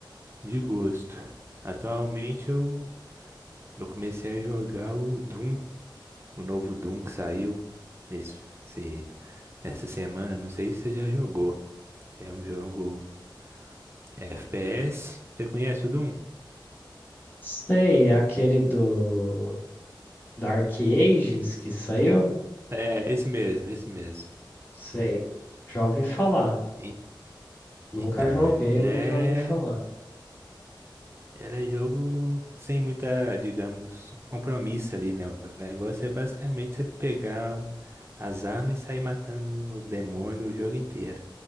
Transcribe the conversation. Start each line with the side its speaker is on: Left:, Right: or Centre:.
Right: de gosto. Atualmente eu, eu comecei a jogar o Doom, o novo Doom que saiu nesse, se- nessa semana, não sei se você já jogou. É um jogo FPS, você conhece o Doom?
Left: Sei, aquele do Dark Ages que saiu?
Right: É, esse mesmo, esse mesmo.
Left: Sei. Já ouvi falar.
Right: En-
Left: Nunca
Right: Então,
Left: joguei,
Right: ele
Left: mas
Right: é
Left: já ouvi falar.
Right: Ela é jogo sem muita, digamos, compromisso ali, né? O negócio é basicamente você pegar o- as armas e sair matando o demônio o jogo inteiro.